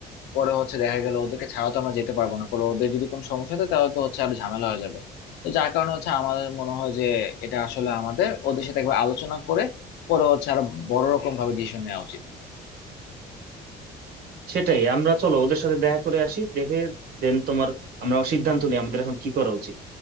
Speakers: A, on the left (about 85°); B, on the right (about 65°).
A: পরে হচ্ছে দেখা গেল ওদেরকে ছাড়া তো আমরা যেতে পারবো না পরে ওদের যদি কোনো সমস্যা হয় তাহলে তো হচ্ছে আরো ঝামেলা হয়ে যাবে তো যার কারণে হচ্ছে আমাদের মনে হয় যে এটা আসলে আমাদের ওদের সাথে একবার আলোচনা করে পরে হচ্ছে আরো বড় রকম ভাবে ডিসিশন নেওয়া উচিত
B: সেটাই আমরা চলো ওদের সাথে দেখা করে আসি দেখে দেন তোমার আমরা সিদ্ধান্ত নিই আমাদের এখন কি করা উচিত